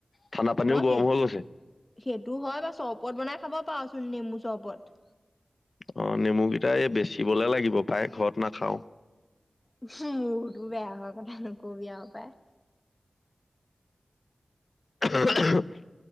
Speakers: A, on the left; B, on the left.
A: ঠাণ্ডা পানীও
B: নহ
A: গৰম
B: সেই,
A: হৈ গৈছে
B: সেইটো হয় বা চৰবত বনাই খাব পাৰচোন নেমু চৰবত।
A: অ', নেমু কেইটা এই বেচিবলে লাগিব পায় ঘৰত নাখাওঁ।
B: উম, মূৰতো বেয়া হোৱাৰ কথা নকবি আৰু পায়।
A: <unintelligible>